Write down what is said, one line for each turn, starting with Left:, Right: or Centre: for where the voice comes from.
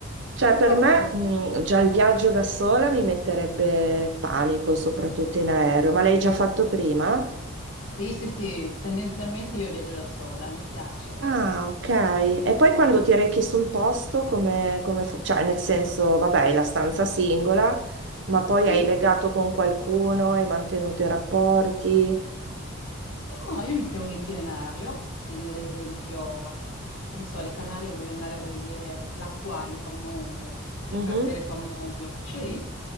Right: Cioè,
Left: Uno
Right: per me,
Left: perché...
Right: mh, già il viaggio
Left: Sì,
Right: da sola mi metterebbe panico, soprattutto in aereo, ma l'hai già fatto prima?
Left: sì, sì, sì, tendenzialmente io viaggio da sola, mi piace.
Right: Ah, ok.
Left: Sì,
Right: E poi quando ti rechi sul posto, come, come fu- cioè, nel senso, vabbè, è la stanza singola, ma poi
Left: sì.
Right: hai legato con qualcuno, hai mantenuto i rapporti.
Left: No, io mi creo un itinerario, quindi ad esempio, che ne so, alle Canarie voglio andare a vedere l'acquario famoso, il
Right: Mhm.
Left: cratere famoso che c'è lì,